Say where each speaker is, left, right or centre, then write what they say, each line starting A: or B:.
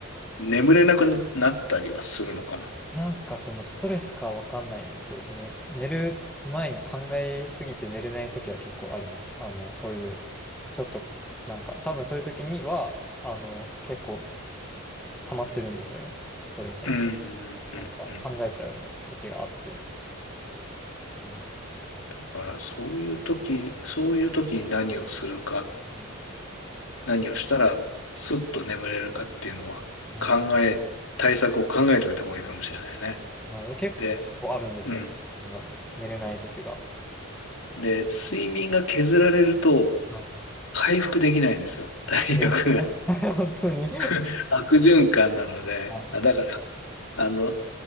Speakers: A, on the left; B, in the centre.
A: 眠れなくなったりはするのかな。
B: なんかそのストレスかわかんないんですけど、その寝る前に考えすぎて寝れない時は結構あります。あの、そういう、ちょっと、なんか多分そういう時には、あの、結構溜まってるんですよね。ストレスが。
A: うん、うん、うん。
B: なんか考えちゃう時があって。
A: うん
B: うん
A: だから、そういう時、そういう時に何をするか、
B: うん
A: 何をしたらスッと眠れるかっていうのは考え、
B: ね
A: 対策を考えておいた方がいいかもしれないね。
B: はい結構あるんですよ。
A: で、うん。
B: それが寝れない時が。
A: で、睡眠が削られると
B: はい。
A: 回復できないんですよ。<laughs> 体力が
B: そうですね <laughs> 本当に
A: <laughs> 悪循環なので。
B: はい。
A: あだから、あの、